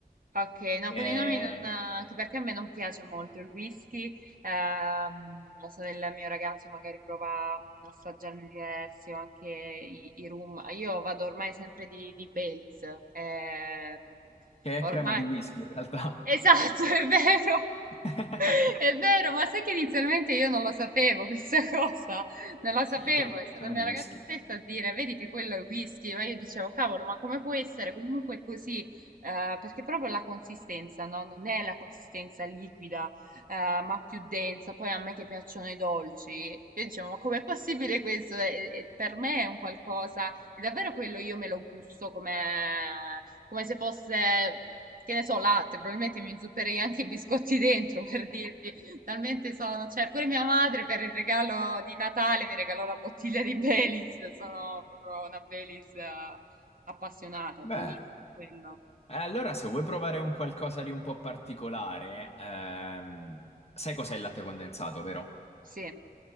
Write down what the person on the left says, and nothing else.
che,
che è
crema di whisky in realtà.
<laughs>
Sì,
il Baileys
è
crema
di whisky.
Beh,
eh, allora se vuoi provare un qualcosa di un po' particolare, ehm, sai cos'è il latte condensato, vero?